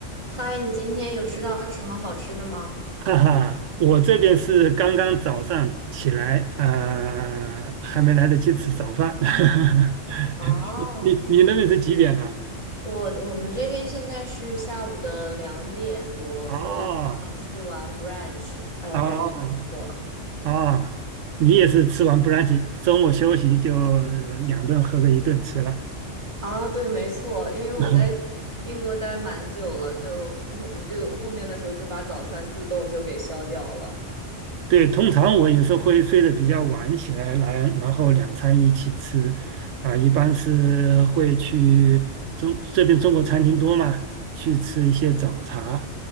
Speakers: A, on the right; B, on the right.
A: 嗨，你今天有吃到什么好吃的吗？
B: <laughs> 哈哈，我这边是刚刚早上起来，呃，还没来得及吃早饭。<laughs>
A: 哦，
B: 你你你那边是几点了？
A: 我我们这边现在是下午的两点多，
B: 哦
A: 所以我刚吃完 brunch，呃，
B: 哦
A: 感觉还不错。
B: 哦，你也是吃完不让起，周末休息就两顿合着一顿吃了。
A: 啊，对，没错，因为我在英国待蛮久了，
B: <laughs>
A: 就就后面的时候就把早餐自动就给消掉了。
B: 对，通常我也是会睡得比较晚起来，来，然后两餐一起吃，啊，一般是会去中这边中国餐厅多嘛，去吃一些早茶。